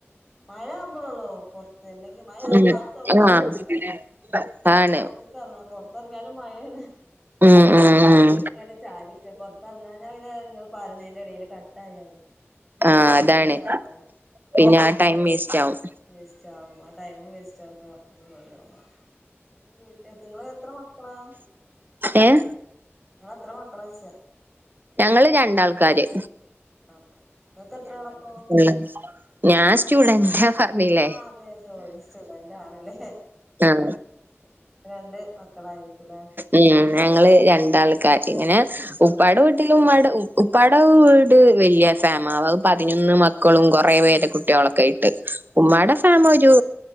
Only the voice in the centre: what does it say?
മഴ ആകുമ്പൊളൊള്ളൂ പൊറത്ത് അല്ലെങ്കി മഴ ആകുമ്പോ
അകത്തെവിടെയും
കിട്ടൂല. പിന്നെ
പൊറത്തെ ക്കറങ്ങ പൊറത്ത്റങ്ങിയാലും മഴയാണ്.
എടക്ക്‌ങ്ങനെ ചാരിക്കാ പൊർ ത്തെറങ്ങാഞ്ഞാ പിന്നെ നിങ്ങള് പറയ്ണേന്റെടേല് കട്ടായാല്
അതും ബുദ്ധിമുട്ടാവും.
വേസ്റ്റാവും ആ ടൈമും വേസ്റ്റാവ ഒന്നും റെടി ആവുല വീട്ടി നിങ്ങളെത്ര മക്കളാ?
നിങ്ങളെത്ര മക്കളായ്ച്ചേ
ഉണ്ടോ ഇങ്ങക്ക് എത്രയാളപ്പോ?
ആ അതെ സോറി സ്റ്റുഡന്റ് ആണല്ലേ
രണ്ട് മക്കളായിരിക്കുംല്ലേ?